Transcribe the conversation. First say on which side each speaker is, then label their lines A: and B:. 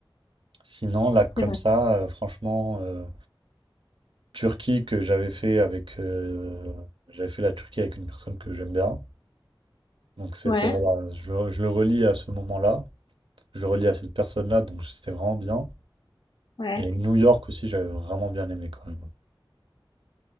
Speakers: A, on the right; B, on the left.
A: Sinon, là, comme
B: C'est vrai.
A: ça, euh, franchement, euh, Turquie que j'avais fait avec, euh, j'avais fait la Turquie avec une personne que j'aime bien. Donc c'était
B: Ouais,
A: voilà, je, je le relis à ce moment-là, je le relis à cette personne-là, donc c'était vraiment bien.
B: ouais.
A: Et New York aussi, j'avais vraiment bien aimé quand même.